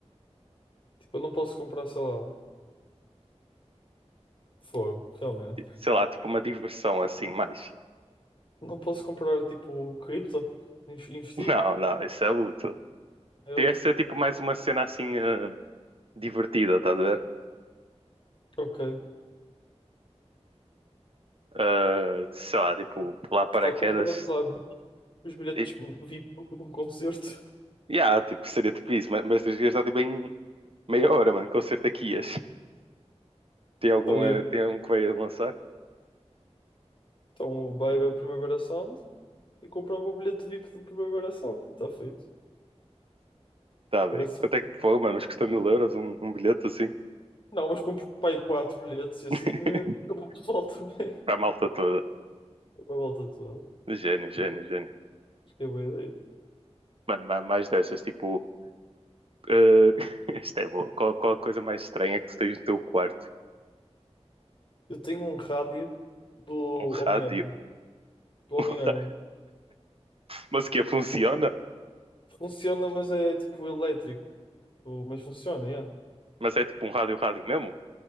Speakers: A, on the left (about 45°); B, on the right (about 55°).
A: Tipo, eu não posso comprar, sei lá, foro, realmente.
B: Tipo, sei lá, tipo uma diversão assim, mais.
A: Não posso comprar, tipo, cripto, In- investir?
B: <laughs> Não, não, isso é útil.
A: É
B: Teria
A: útil.
B: que ser tipo mais uma cena assim eh, divertida, estás a ver?
A: Ok.
B: Eh, sei lá, tipo, pular paraquedas.
A: Sei lá, comprar, sei lá, os bilhetes
B: E-
A: VIP de um concerto.
B: Yeah, tipo, seria tipo isso, mas, mas tens que gastar tipo em meia hora, mano, com certeza que ias. Tem algum,
A: <laughs>
B: eh, tem um que vai lançar?
A: Então o vai ver o Primavera Sound e comprava o bilhete VIP do Primavera Sound e está feito.
B: Tá bem.
A: Parece-me.
B: Quanto é que foi, mano? Mas custa mil euros um, um bilhete assim?
A: Não, mas compro pai quatro bilhetes e assim
B: <laughs>
A: eh, acaba o pessoal também.
B: Para a malta toda.
A: <laughs> Acaba a volta toda.
B: Gênio, gênio, gênio.
A: Acho que é boa ideia.
B: Mano, ma- mais dessas, tipo. eh, <laughs> Isto é boa. Qual, qual a coisa mais estranha que tu tens no teu quarto?
A: Eu tenho um rádio do
B: Um rádio.
A: Homem-Aranha.
B: <laughs>
A: Do Homem-Aranha.
B: Um ra- Mas que funciona?
A: Funciona, mas é tipo elétrico. Tu- Mas funciona, yeah.
B: Mas é tipo um rádio, rádio mesmo?